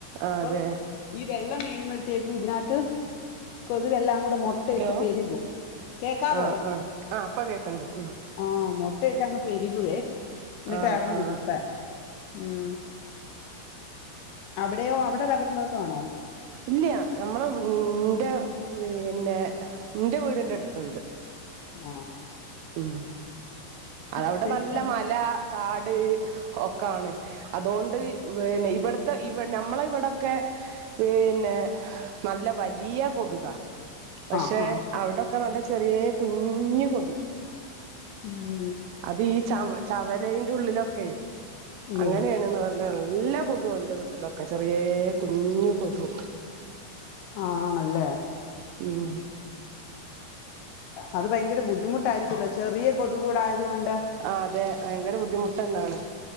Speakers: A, on the right; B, on the left.
A: ആഹ്
B: അപ്പം
A: അതെ
B: ഈ വെള്ളം വീഴുമ്പോഴത്തേക്കും ഇതിനാത്ത് കൊതുകെല്ലാം കൂടെ മൊ ട്ടയിട്ട്
A: ഹലോ
B: പെര്കും. കേക്കാവോ?
A: ആഹ് ആഹ് ആഹ് ഇപ്പ കേക്കണ്ട് ഉം
B: ആഹ്. മൊട്ടയിട്ടങ്ങ് പെര്കുവേ. ന്നട്ട്
A: ആഹ്
B: എറങ്ങും
A: ആഹ്
B: കുത്താൻ. ഉം അവ്ടെയോ? അവ്ടെ റബ്ബറിൻ തോട്ടാണോ?
A: ഇല്ല്യ. നമ്മള്ള ന്റെ വിന്നെ ൻ്റെവീട്ൻ്റെ അട്ത്ത്ണ്ട്.
B: ആഹ്
A: ഉം. അതൗടെ
B: സ്പെഷ്യൽ
A: നല്ല
B: അവിടെ
A: മല, കാട് ഒക്കാണ്. അതോണ്ട് ബ് ന്നെ ഇബട്ത്തെ ഇവ നമ്മളെ ഇവടൊക്കേ പിന്നെ നല്ല വലിയ കൊത്കാ. പക്ഷെ
B: ആ ആ
A: അവ്ടൊക്കെ നല്ല ചെറിയ കുഞ്ഞ് കൊതു
B: ഉം
A: അത് ഈ ചവ ചവലേൻ്റെുള്ളിലൊക്കേ.
B: അയ്യോ
A: അങ്ങനേണ്ന്ന് പ നല്ല കൊതുകാൻ്റെവീട്ടിലൊക്കെ ചെറിയേ കുഞ്ഞ് കൊതു.
B: ആണല്ലേ?
A: ഉം
B: അത് ഭയങ്കര ബുദ്ധിമുട്ടായിരിക്കല്ലോ. ചെറിയ കൊതുകൂടെ ആയത്കൊണ്ട്.
A: ആഹ്. അതെ. ഭയങ്കര ബുദ്ധിമുട്ടന്നാണ്